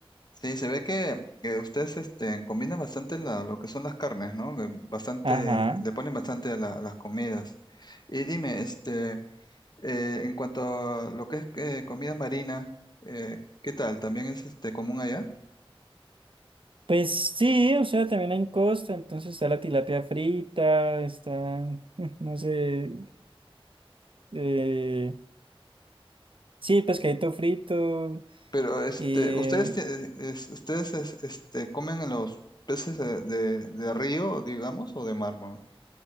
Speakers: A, on the left (about 45°); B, on the right (about 60°).
A: Sí, se ve que eh, ustedes este, combinan bastante la- lo que son las carnes, ¿no? Que Bastante,
B: Ajá.
A: le ponen bastante a, la- a las comidas. Y dime, este, eh, en cuanto a lo que es eh, comida marina, eh, ¿qué tal? ¿También es este, común allá?
B: Pues sí, o sea, también hay en Costa, entonces está la tilapia frita, está, <laughs> no sé, eh, sí, pescadito frito,
A: Pero este,
B: eh,
A: ustedes tie- es- ustedes es- este comen en los peces de, de- de río, digamos, o de mar, ¿no?